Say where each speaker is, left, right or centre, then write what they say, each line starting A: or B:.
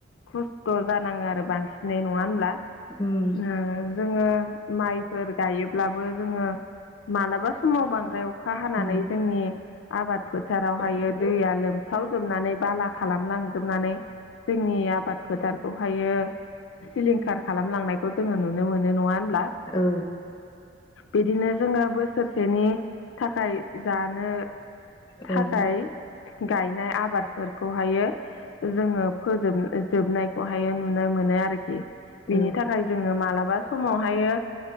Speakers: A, on the left (about 80°); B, on the left (about 25°).
A: खस्थ' जानाङो आरो बांसिनै नङा होनब्ला ओ
B: उम
A: जोङो माइफोर गायोब्लाबो जोङो मालाबा समाव बांद्राय अखा हानानै
B: उम
A: जोंनि आबाद फोथारावहायो
B: ओं
A: दैया लोमसावजोबनानै बाला खालामलांजोबनानै जोंनि आबाद फोथारखौहायो सिलिंखार खालामलांनायखौ जोङो नुयो। नुनो मोननो मोनो नङा
B: औ।
A: बिदिनो जोङो बोसोरसेनि थाखाय जानो थाखाय
B: ओं
A: गायनाय आबादफोरखौहायो जोङो फोजोब जोबनायखौहायो नुनाय मोन। मोनो आरोखि बिनि
B: औ
A: थाखाय जोङो मालाबा समावहायो